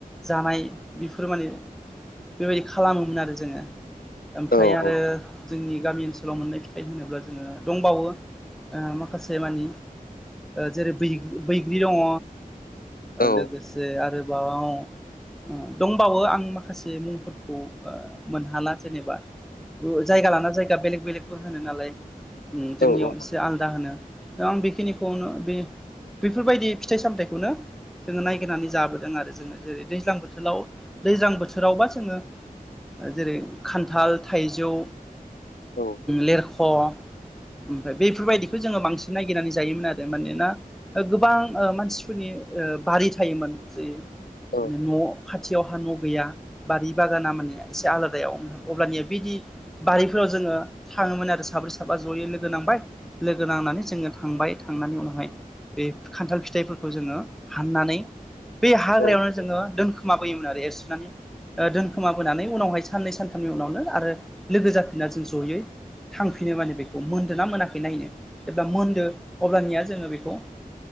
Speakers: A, in the centre; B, on the left.
A: जानाय बेफोर माने बेबायदि खालामोमोन आरो जोङो ओमफ्राय
B: औ औ
A: आरो जोंनि गामि ओनसोलाव मोननाय फिथाइ होनोब्ला जोङो दंबावो ओ माखासे मानि जेरै बै बैग्रि दंङ।
B: औ
A: लोगोसे आरोबाबाव उम दंबावो आं माखासे मुंफोरखौ मोनहाला जेनेबा। जायगा लाना जायगा बेलेग बेलेगबो होनो नालाय उम
B: औ
A: जोंनियाव
B: औ नंगौ
A: एसे आल दा होनो आं बेखिनिखौनो बे बेफोरबायदि फिथाइ सामथायाइखौनो जोङो नायगिरनानै जाबोदों आरो जोङो जेरै दैज्लां बोथोराव दैज्लां बोथोरावबा जोङो जेरै खान्थाल, थाइजौ
B: औ
A: लेरख' ओमफाय बेफोरबायदिखौ जोङो बांसिन ननायागिरनानै जायोमोन आरो मानोना। गोबां ओ मानसिफोरनि ओ बारि थायोमोन जि
B: औ
A: न' खाथियावहा न' गैया बारि बागाना माने एसे आलादायाव अब्लानिया बिदि बारिफोराव जोङो थाङोमोन आरो साब्रै साब्रा जयै लोगो नांबाय। लोगो नांनानै जोङो थांबाय थांनानै उनावहाय बे खान्थाल फिथाइफोरखौ जोङो हाननानै बे हाग्रायावनो
B: औ
A: जोङो दोन खोमा बोयोमोन आरो एर सुनानै ओ दोनखोमाबोनानै उनावहाय साननै सानथामनि उनावनो आरो लोगो जाफिना जों जयै थांफिनो माने बेखौ मोन्दो ना मोनाखै नायनो जेब्ला मोन्दो अब्लानिया जोङो बेखौ